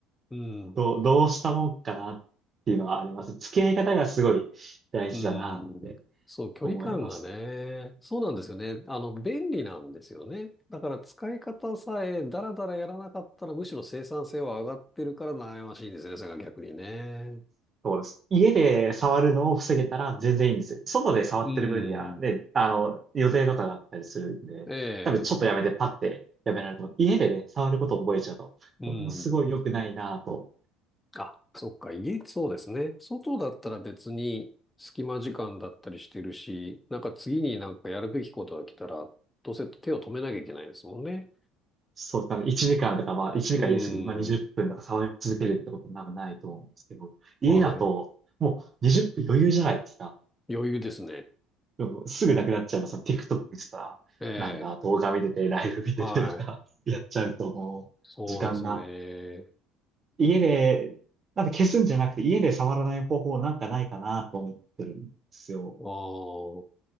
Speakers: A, on the left; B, on the right.
A: うん。
B: どう、どうしたもんかなっていうのはあります。付き合い方がすごい大事だなって
A: うん。そう、距離感がね、
B: 思います。
A: そうなんですよね。あの、便利なんですよね。だから使い方さえダラダラやらなかったらむしろ生産性は上がってるから悩ましいんですよね、それが逆にね。
B: そうです。家で触るのを防げたら全然いいんですよ。外で触ってる分には、
A: うん。
B: ね、あの、予定とかがあったりするんで、
A: え
B: 多分ちょっとやめてパッてやめられると思う。
A: え、
B: 家でね、触ることを覚えちゃうと、
A: うん。
B: これもすごい良くないなぁと。
A: あ、そっか、家、そうですね。外だったら別に隙間時間だったりしてるし、なんか次になんかやるべきことが来たら、どうせ手を止めなきゃいけないですもんね。
B: そう、なので1時間とか、まあ1時間言い過ぎて、
A: うん。
B: まあ20分とか触り続けるってことは多分ないと思うんですけど、家だともう20分余裕じゃないですか。
A: はい。余裕ですね。
B: でもすぐなくなっちゃいます。TikTok 見てたら、
A: ええ
B: なんだ、動画見てて、ライブ見ててとか、
A: はい。
B: やっちゃうともう、
A: そうですね。
B: 時間が家で、なんで消すんじゃなくて、家で触らない方法なんかないかなと思ってるんですよ。
A: ああ、